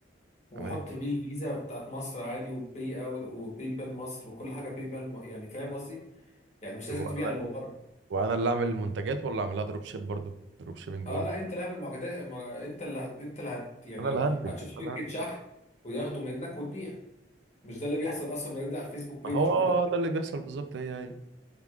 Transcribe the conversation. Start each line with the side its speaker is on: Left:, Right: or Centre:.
Left: وحط
Right: تمام
Left: بيه الفيزا بتاعت مصر عادي وباي اوت وباي بال مصر وكل حاجه باي بال م- يعني فاهم قصدي يعني مش
Right: وانا
Left: لازم تبيع لبره
Right: وأنا اللي اعمل المنتجات ولا اعملها دروب شيب برضه دروب شيبنج
Left: اه
Right: برضه.
Left: لا انت اللي اعمل معجزات ما- انت اللي هت... انت اللي هت يعني
Right: انا اللي هنتج
Left: هتشوف
Right: انا
Left: شركه
Right: اللي هنتج.
Left: شحن وياخدوا منك وتبيع مش ده اللي بيحصل اصلا نرجع على الفيسبوك بيج
Right: ما هو آه،
Left: وكده
Right: ده اللي بيحصل بالظبط هي هي